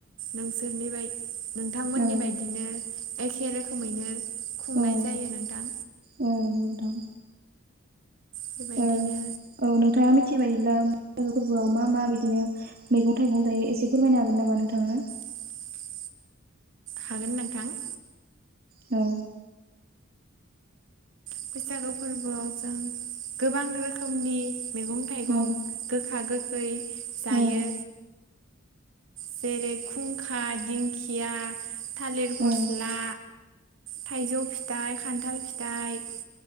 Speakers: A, on the right (about 65°); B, on the right (about 45°).
A: नोंसोरनि बाय नोंथांमोननि
B: औ
A: बायदिनो एखे रोखोमैनो खुंनाय
B: औ औ
A: जायो नोंथां
B: नंगौ नोंथां।
A: बेबायदिनो
B: ओ औ नोंथाङा मिथि बायब्ला बैसागो फोरबोआव मा मा बिदिनो मैगं थाइगं जायो एसे फोरमायनो हागोन नामा नोंथांआ?
A: <inaudible> हागोन नोंथां।
B: औ।
A: बैसागु फोरबोआव जों गोबां रोखोमनि मैगं थाइगं
B: औ
A: गोखा गोखै जायो
B: औ
A: जेरै खुंखा, दिंखिया, थालिर फस्ला,
B: औ
A: थाइजौ फिथाइ, खान्थाल फिथाइ,